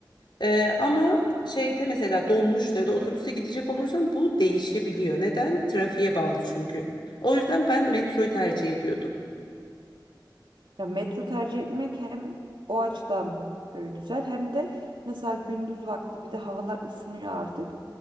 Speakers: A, on the left (about 70°); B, on the right (about 80°).
A: Ee, ama şeyde mesela dolmuşla ya da otobüste gidecek olursam bu değişebiliyor. Neden? Trafiğe bağlı çünkü. O yüzden ben metroyu tercih ediyordum.
B: Ya metro tercih etmek hem o açıdan e, güzel hem de mesela gündüz vakti bir de havalar ısınıyor artık.